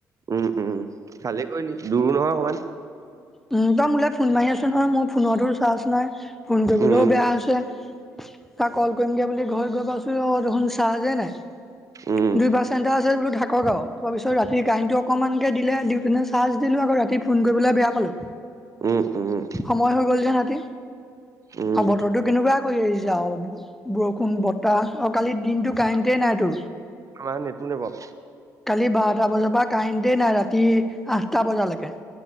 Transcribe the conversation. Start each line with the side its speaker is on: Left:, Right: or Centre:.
Right: উম উম ভালেই দূৰো নহয় অকণমান
Centre: উ তই মোলৈাই ফোন মাৰি আছ নহয় মোৰ ফোনতো চাৰ্জ নাই ফোন কৰিবলৈও
Right: উম,
Centre: বেয়া হৈছে তা কল কৰিমগে বুলি ঘৰত গৈ পাচোগে আও দেখোন চাজ এ নাই
Right: উম,
Centre: দুই পাচেন্তে আছে বোলো থাকক আও তাৰপিছত ৰাতিৰ কাৰেণ্ট টো অকনমান কে দিলে দি পিনে চাৰ্জ দিলো ৰাতি ফোন কৰিবলৈ বেয়া পালো,
Right: উম, উম,
Centre: সময় হৈ গ'ল যে ৰাতি
Right: উম।
Centre: অ বতৰটো কেনেকুৱা কৰি আহিছে আও বৰষুণ, বতাহ আৰু কালি দিনটো কাৰেণ্টে নাই আটো
Right: আমাহ নেটো নে বাওঁ
Centre: কালি বাৰটা বজাৰ পৰা কাৰেণ্ট এ নাই ৰাতি আঠটা বজালৈকে